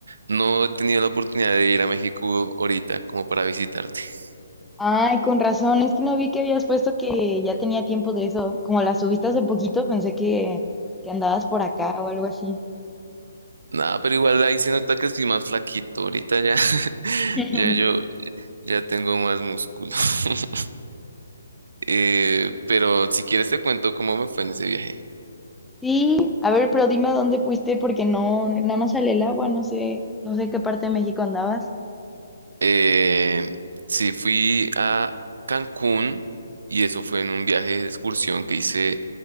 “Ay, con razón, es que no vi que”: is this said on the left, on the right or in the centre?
Centre